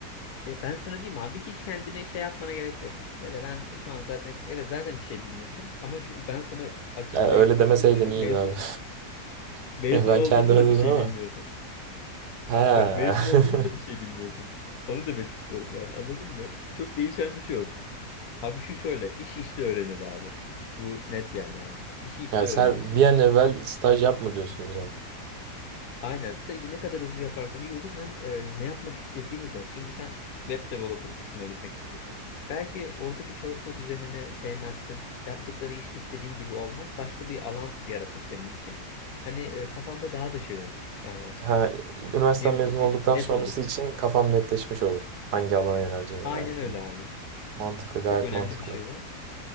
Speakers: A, on the left (about 70°); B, on the right (about 75°).
A: e, ben sana diyeyim abi hiç kendine şey yapmana gerek yok. Öyle ben şu an zaten evet zaten bir şey bilmiyorsun. Ama şu, ben sana açık
B: Ya
A: netle
B: öyle demeseydin
A: şunu söyleyeyim.
B: iyiydi
A: Mezun
B: abi. <laughs>
A: Mezun
B: Ben
A: olduğunda
B: kendime
A: da
B: dedim
A: bir şey
B: ama.
A: bilmiyorsun.
B: He.
A: Bak mezun olduğunda
B: <laughs>
A: da bir şey bilmiyorsun. Onu demek istiyorum yani anladın mı? Çok değişen bir şey yok. Abi şu şöyle iş işte öğrenir abi. Bu net yani abi. İşi işte
B: Ya sen
A: öğreniyorsun.
B: bir an evvel staj yapma diyorsun o zaman.
A: Aynen stajı ne kadar hızlı yaparsan iyi olur. Hem e, ne yapmak istediğini de. Şimdi sen web developer kısmına gitmek istiyorsun. Belki oradaki çalışma düzenini sevmezsin. Yaptıkları iş istediğin gibi olmaz. Başka bir alan yaratır senin için. Hani e, kafanda daha da şey olur. Eee,
B: Ha, üniversiteden
A: ne olur
B: mezun
A: diyeyim?
B: olduktan
A: Net
B: sonrası
A: olur.
B: için kafam netleşmiş olur. Hangi alana yöneleceğime
A: Aynen
B: dair.
A: öyle abi.
B: Mantıklı, gayet
A: Çok önemli
B: mantıklı.
A: bir şey o.